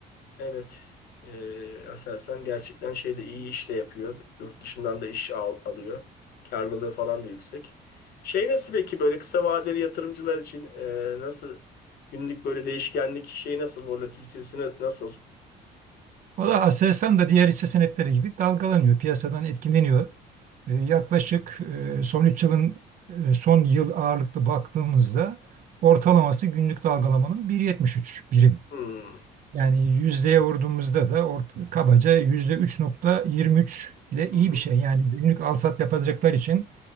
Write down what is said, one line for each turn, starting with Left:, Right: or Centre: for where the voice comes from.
Left: Evet. Ee, Aselsan gerçekten şeyde iyi iş de yapıyor. Yurt dışından da iş al- alıyor. Karlılığı falan da yüksek. Şey nasıl peki böyle kısa vadeli yatırımcılar için ee, nasıl günlük böyle değişkenlik şeyi nasıl volatilitesi na- nasıl?
Right: Valla Aselsan da diğer hisse senetleri gibi dalgalanıyor, piyasadan etkileniyor. E, Yaklaşık e, son üç yılın e, son yıl ağırlıklı baktığımızda ortalaması günlük dalgalamanın 1.73 birim.
Left: Hmm.
Right: Yani yüzdeye vurduğumuzda da ort- kabaca %3.23 ile
Left: Hı
Right: iyi
Left: hı.
Right: bir şey. Yani günlük alsat yapacaklar için